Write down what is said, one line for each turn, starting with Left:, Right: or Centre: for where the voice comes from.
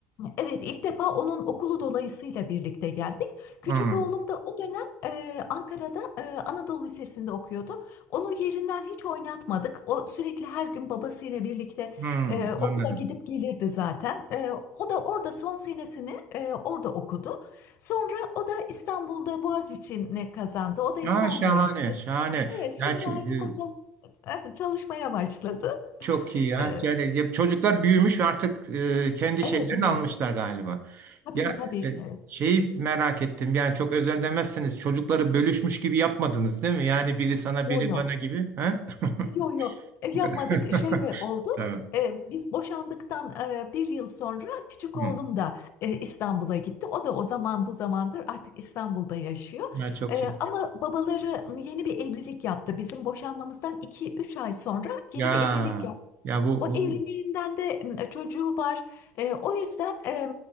Left: Evet, ilk defa onun okulu dolayısıyla birlikte geldik. Küçük
Right: Hmm,
Left: oğlum da o dönem e, Ankara'da e, Anadolu Lisesi'nde okuyordu. Onu yerinden hiç oynatmadık. O sürekli her gün babasıyla birlikte
Right: hmm,
Left: e, okula
Right: anladım.
Left: gidip gelirdi zaten. E, o da orada son senesini e, orada okudu. Sonra o da İstanbul'da Boğaziçi'ni kazandı. O da İstanbul'a
Right: Ha, şahane,
Left: gitti.
Right: şahane.
Left: Evet, şimdi
Right: Ya, ço-
Left: artık
Right: e,
Left: o çal- <laughs> çalışmaya başladı.
Right: çok iyi ya.
Left: E,
Right: Yani ya, çocuklar büyümüş artık e, kendi
Left: evet,
Right: şeylerini
Left: evet.
Right: almışlar galiba.
Left: Tabii,
Right: Ya
Left: tabii.
Right: e,
Left: E,
Right: şeyi merak ettim. Yani çok özel demezseniz çocukları bölüşmüş gibi yapmadınız değil mi? Yani biri sana
Left: Yo
Right: biri
Left: yo.
Right: bana gibi. Ha?
Left: Yok yok
Right: <laughs>
Left: E, yapmadık şöyle oldu.
Right: Tamam.
Left: Ee, biz boşandıktan e, bir yıl sonra küçük
Right: Hmm.
Left: oğlum da e, İstanbul'a gitti. O da o zaman bu zamandır artık İstanbul'da yaşıyor.
Right: Ya çok
Left: Ee,
Right: iyi.
Left: ama babaları yeni bir evlilik yaptı. Bizim boşanmamızdan iki üç ay sonra yeni
Right: Ya
Left: bir evlilik
Right: ya bu,
Left: o
Right: bu
Left: evliliğinden de m, çocuğu var. E, o yüzden e,